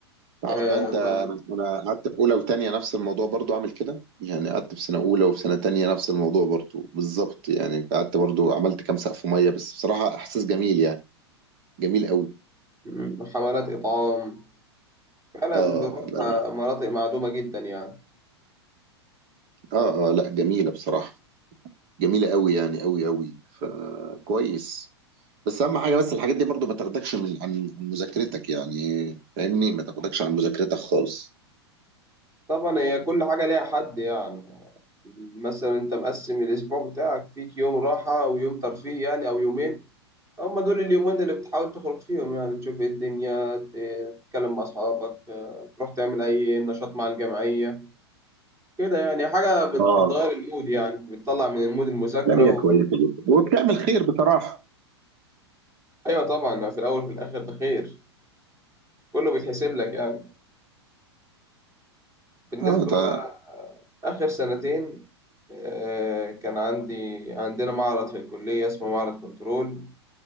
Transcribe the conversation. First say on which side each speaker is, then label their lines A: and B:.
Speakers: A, on the right; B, on the right.
A: تعرف
B: آه،
A: بقى انت
B: طبعا
A: انا انا قعدت في اولى وتانية نفس الموضوع برضو عامل كده يعني قعدت في سنه اولى وفي سنه تانية نفس الموضوع برضو بالظبط يعني قعدت برضو عملت كام سقف ميه بس بصراحه احساس جميل يعني جميل قوي
B: م، حملات إطعام فعلا
A: اه
B: بنروح
A: لا
B: آه، مناطق معدومة جدا يعني
A: اه اه لا جميله بصراحه جميله قوي يعني قوي قوي فكويس بس اهم حاجه بس الحاجات دي برضو ما تاخدكش من عن عن مذاكرتك يعني فاهمني ما تاخدكش عن مذاكرتك خالص
B: طبعا هي كل حاجة ليها حد يعني مثلا أنت مقسم الأسبوع بتاعك فيك يوم راحة ويوم ترفيه يعني أو يومين هما دول اليومين اللي بتحاول تخرج فيهم يعني تشوف إيه الدنيا ت- تتكلم مع أصحابك آه، تروح تعمل أي نشاط مع الجمعية كده يعني حاجة بت-
A: اه
B: بتغير المود يعني بتطلع من المود المذاكرة
A: لا هي
B: و...
A: كويسه جدا وبتعمل خير بصراحه
B: أيوة طبعا في الأول وفي الآخر ده خير كله بيتحسب لك يعني بالنسبة
A: اه ده
B: بقى آه، آخر سنتين آه، كان عندي عندنا معرض في الكلية اسمه معرض كنترول